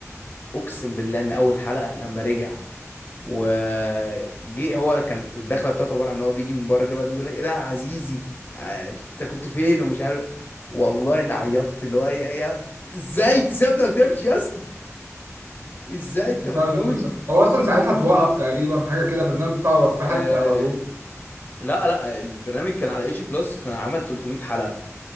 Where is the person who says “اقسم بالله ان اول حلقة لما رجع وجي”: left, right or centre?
Left